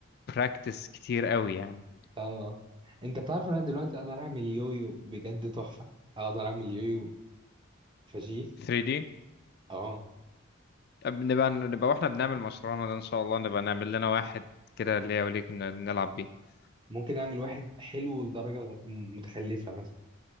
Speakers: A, on the left; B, on the right.
A: براكتس كتير قوي يعني
B: اه انت تعرف انا دلوقتي اقدر اعمل يويو بجد تحفه اقدر اعمل يويو فشيخ
A: 3D
B: اه
A: أب- نبقى نبقى واحنا بنعمل مشروعنا ده ان شاء الله نبقى نعمل لنا واحد كده ليا وليك ن- نلعب بيه
B: ممكن اعمل واحد حلو لدرجه غ- م- متخلفه مثلا